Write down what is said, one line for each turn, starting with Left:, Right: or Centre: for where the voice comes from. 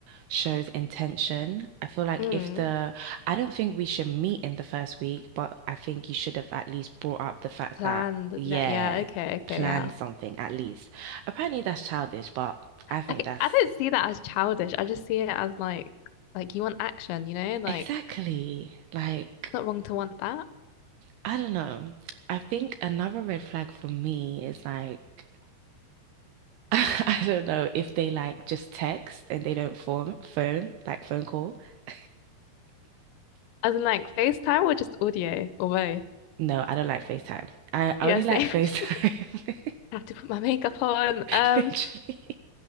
Right: shows intention. I feel like
Left: Mm.
Right: if the, I don't think we should meet in the first week, but I think you should have at least brought up the fact
Left: Planned.
Right: that, yeah,
Left: Like. yeah, okay, okay,
Right: plan
Left: yeah.
Right: something at least. Apparently that's childish, but I think
Left: I,
Right: that's
Left: I don't see that as childish. I just see it as like like you want action, you know? Like
Right: exactly
Left: it's
Right: like.
Left: not wrong to want that.
Right: I don't know. I think another red flag for me is like <laughs> I don't know if they like just text and they don't form phone, like phone call. <laughs>
Left: As in like FaceTime or just audio or both.
Right: No, I don't like FaceTime. I, I
Left: Yeah,
Right: only
Left: same.
Right: like FaceTime.
Left: <laughs> I have to put my makeup on.
Right: <laughs>
Left: Um,
Right: Literally.